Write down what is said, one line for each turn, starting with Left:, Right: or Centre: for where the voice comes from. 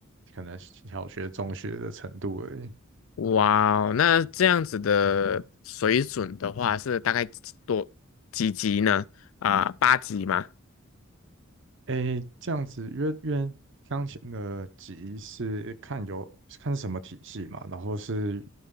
Right: 可能小学、中学的程度而已。
Left: 哇哦，那这样子的水准的话是大概几多几级呢？啊、八级吗？
Right: 诶，这样子，因为因为钢琴的级是看有看是什么体系嘛，然后是